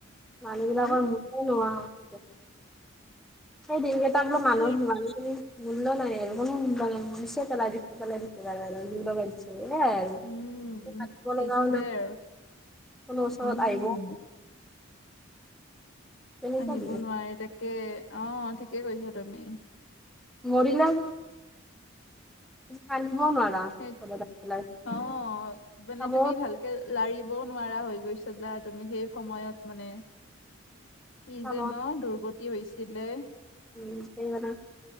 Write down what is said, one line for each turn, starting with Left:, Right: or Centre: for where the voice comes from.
Centre: মানুহ
Left: উম
Centre: বিলাকৰ মোকো নোৱাও। সেই দিনকেইটা বোলো মানুহ
Left: সেই
Centre: মানুহ বুলি। মূল্য নাই আৰু কোনো বাগান মৰিছে পেলাই দিছে পেলাই দিছে জাগায় জাগায় জুই লগাই দিছে। <unintelligible> এ আৰু
Left: উম
Centre: মো হাগব
Left: সেইটোৱে
Centre: লগাও নাই।
Left: আৰু
Centre: কোনো ওচৰত
Left: উম
Centre: আহিব। তেনেকুৱা
Left: আহিব
Centre: দিন
Left: নোৱাৰে তাকে অ ঠিকে কৈছা তুমি।
Centre: মাৰিলেও নাই। তুমি কিন্দিব নোৱাৰা।
Left: সেইত
Centre: ঘৰত আহি পেলাই
Left: অ মানে
Centre: চাব
Left: তুমি ভাল। কে লাৰিবও নোৱাৰা হৈ গৈছিলা তুমি সেই সময়ত মানে। কি
Centre: চাব
Left: যে ন দুৰ্গতি হৈছিলে।
Centre: উম নিজেই বনাঙ <unintelligible>